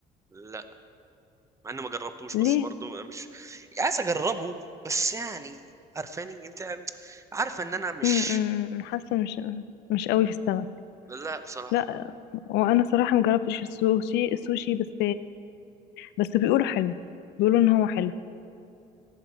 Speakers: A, on the right; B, on the left.
A: لا مع اني ما جربتوش
B: ليه
A: بس برضه مش عايز اجربه بس يعني عارفاني انت عارفه ان انا مش
B: امم أمم، حاسه مش مش قوي في السمك
A: لا بصراحه
B: لا وانا صراحه مجربتش السوشي السوشي بس بس بيقولوا حلو بيقولوا ان هو حلو